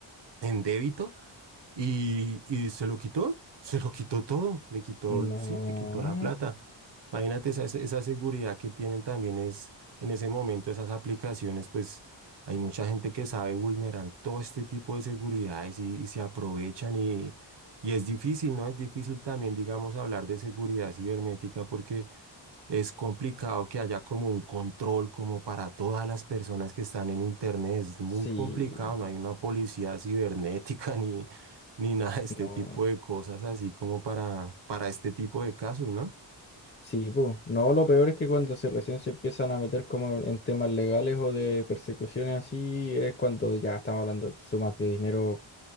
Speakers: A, on the right; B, on the left.
A: en débito y, y se lo quitó, se lo quitó todo, le quitó,
B: No.
A: el- sí, le quitó la plata. Imagínate esa, esa esa seguridad que tienen también es, en ese momento, esas aplicaciones, pues hay mucha gente que sabe vulnerar todo este tipo de seguridades y, y se aprovechan y, y es difícil, ¿no? Es difícil también, digamos, hablar de seguridad cibernética porque... Es complicado que haya como un control como para todas las personas que están en Internet. Es muy
B: Sí.
A: complicado, no hay una policía cibernética <laughs> ni nada de este
B: No.
A: tipo de cosas así como para, para este tipo de casos, ¿no?
B: Sí, pues. No, lo peor es que cuando se recién se empiezan a meter como en temas legales o de persecuciones así, es cuando ya estamos hablando de sumas de dinero